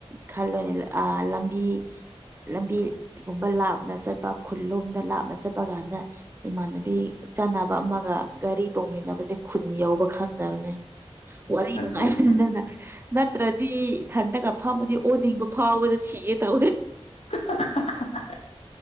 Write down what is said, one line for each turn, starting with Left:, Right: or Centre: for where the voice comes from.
Right: ꯈꯜꯂꯣꯅꯦ ꯂ ꯑꯥ ꯂꯝꯕꯤ ꯂꯝꯕꯤ ꯒꯨꯝꯕ ꯂꯥꯞꯅ ꯆꯠꯄ ꯈꯨꯜ ꯂꯣꯝꯗ ꯂꯥꯞꯅ ꯆꯠꯄ ꯒꯥꯟꯗ ꯏꯃꯥꯟꯅꯕꯤ ꯆꯥꯟꯅꯕ ꯑꯃꯥꯒ ꯒꯥꯔꯤ ꯇꯣꯡꯃꯤꯟꯅꯕꯖꯦ ꯈꯨꯟ ꯌꯧꯕ ꯈꯪꯗꯕꯅꯦ ꯋꯥꯔꯤ
Left: ꯑꯗꯨꯅꯦ
Right: ꯅꯨꯡꯉꯥꯏꯃꯟꯗꯅ
Left: ꯎꯝ
Right: ꯅꯠꯇ꯭ꯔꯗꯤ ꯊꯟꯗꯒ ꯐꯝꯃꯗꯤ ꯑꯣꯅꯤꯡꯕ ꯐꯥꯎꯕꯗ ꯁꯤꯒꯦ ꯇꯧꯋꯦ
Left: <unintelligible>